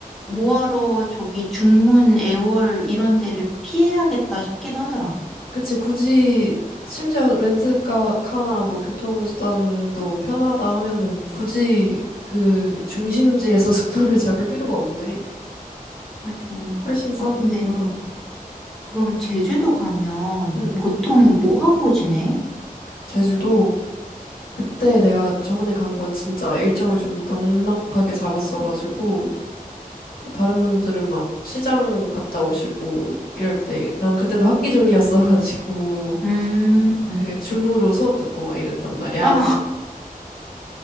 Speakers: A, in the centre; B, on the left.
A: 뭐하러 저기 중문 애월 이런 데를 피해야겠다 싶긴 하더라.
B: 그치, 굳이, 심지어 렌트카나 뭐 교통수단도 편하다 하면은 굳이 그 중심지에서 <laughs> 숙소를 잡을 필요가 없네.
A: 맞아.
B: 훨씬 싸구나.
A: 아 근데 그럼 제주도 가면
B: 응,
A: 보통 뭐 하고 지내?
B: 제주도 그때 내가 저번에 간 건 진짜 일정을 좀 넉넉하게 잡았어가지고 뭐 다른 분들은 막 시장 갔다 오시고 이럴 때 난 그때도 학기 중이었어가지고 <laughs>
A: 응. 음.
B: 그 줌으로 수업 듣고 막 이랬단 말이야.
A: 아,